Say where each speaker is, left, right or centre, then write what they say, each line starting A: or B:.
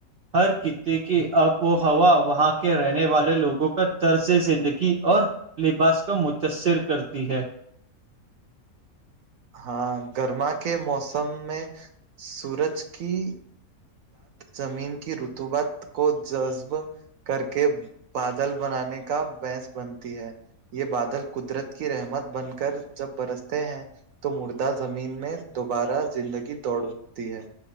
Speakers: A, on the right; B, on the right.
A: ہر کتے کی اب و ہوا وہاں کے رہنے والے لوگوں کا ترسے سے اور لباس کو متاثر کرتی ہے
B: ہاں گرما کے موسم میں سورج کی زمین کی رتوبات کو جذب کر کے بادل بنانے کا بنس بنتی ہے یہ بادل قدرت کی رحمت بن کر جب برستے ہیں تو مردہ زمین میں دوبارہ زندگی دوڑتی ہے